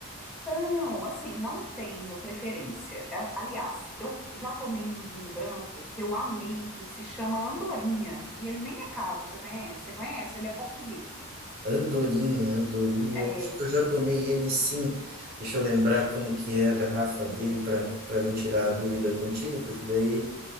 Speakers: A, in the centre; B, on the right.
A: Então, assim, não tenho preferência. A- Aliás, eu já tomei um vinho branco que eu amei, que se chama Andorinha, e ele nem é caro, você conhece? Você conhece? Ele é português.
B: Andorinha, Andorinha,
A: É,
B: eu acho que eu já tomei ele sim. Deixa eu lembrar como que é a garrafa dele para para me tirar a dúvida contigo, porque daí